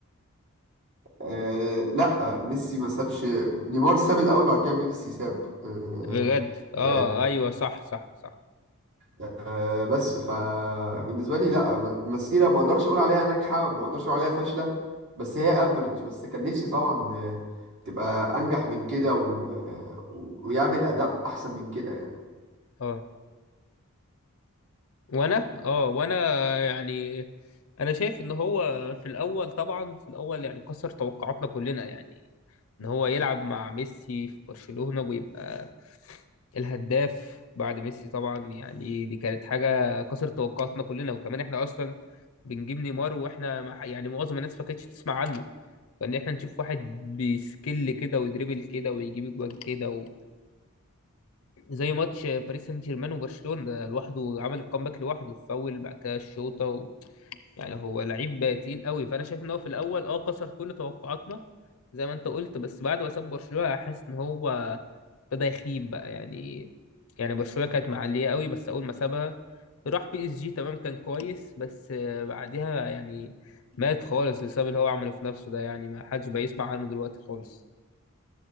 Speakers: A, on the right (about 55°); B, on the left (about 70°).
A: آه، لا ميسي ما سابش نيمار ساب الاول بعد كده ميسي ساب آه،
B: بجد اه
A: آه،
B: ايوه صح صح صح
A: آه، بس فبالنسبه لي لا م- مسيره ما اقدرش اقول عليها ناجحه ما اقدرش اقول عليها فاشله بس هي افريج بس كان نفسي طبعا آه، تبقى انجح من كده و... آه، ويعمل اداء احسن من كده
B: اه وانا اه وانا يعني انا شايف ان هو في الاول طبعا في الاول يعني كسر توقعاتنا كلنا يعني ان هو يلعب مع ميسي في برشلونة ويبقى الهداف بعد ميسي طبعا يعني دي كانت حاجة كسرت توقعاتنا كلنا وكمان احنا اصلا بنجيب نيمار واحنا ما- يعني معظم الناس ما كانتش تسمع عنه فان احنا نشوف واحد بسكيل كده ويدريبل كده ويجيب اجوان كده زي ماتش باريس سان جيرمان وبرشلونة ده لوحده عمل الكومباك لوحده فاول بعد كده الشوطة و... يعني هو لعيب تقيل قوي فأنا شايف إن هو في الأول أه كسر كل توقعاتنا زي ما أنت قلت بس بعد ما ساب برشلونة حاسس إن هو ابتدى يخيب بقى يعني يعني برشلونة كانت معلية قوي بس أول ما سابها راح بي اس جي تمام كان كويس بس آه، بعديها يعني مات خالص بسبب اللي هو عمله في نفسه ده يعني ما حدش بقى يسمع عنه دلوقتي خالص